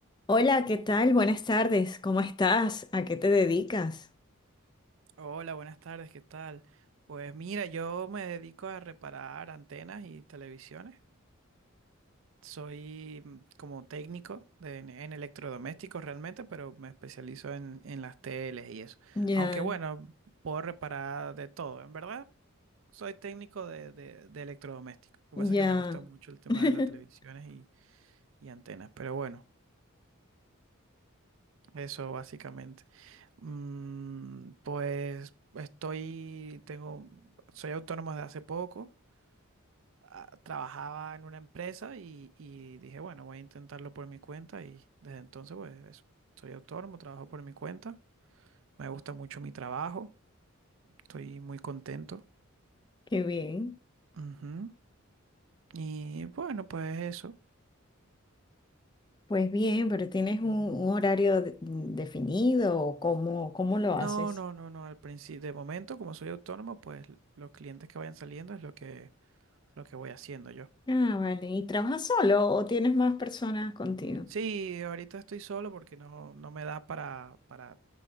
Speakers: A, on the left; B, on the right.
A: Hola, ¿qué tal? Buenas tardes. ¿Cómo estás? ¿A qué te dedicas?
B: Hola, buenas tardes, ¿qué tal? Pues mira, yo me dedico a reparar antenas y televisiones. Soy mm, como técnico de- en, en electrodomésticos realmente, pero me especializo en, en las teles y eso.
A: Ya,
B: Aunque bueno, puedo reparar de todo. En verdad, soy técnico de, de, de electrodomésticos. Lo que
A: ya.
B: pasa es que me gusta mucho el tema
A: <laughs>
B: de las televisiones y, y antenas. Pero bueno, eso básicamente. Mm, pues estoy, tengo, soy autónomo desde hace poco. ah, trabajaba en una empresa y, y dije, bueno, voy a intentarlo por mi cuenta y desde entonces pues eso, soy autónomo, trabajo por mi cuenta, me gusta mucho mi trabajo, estoy muy contento.
A: Qué bien.
B: Ujú. Y bueno, pues eso.
A: Pues bien, pero ¿tienes un,
B: Ujú.
A: un horario de- definido o cómo, cómo lo
B: No,
A: haces?
B: no, no, no, al principio, de momento como soy autónomo, pues los clientes que vayan saliendo es lo que, lo que voy haciendo yo.
A: Ah, vale. ¿Y trabajas solo o tienes más personas contigo?
B: Sí, ahorita estoy solo porque no, no me da para, para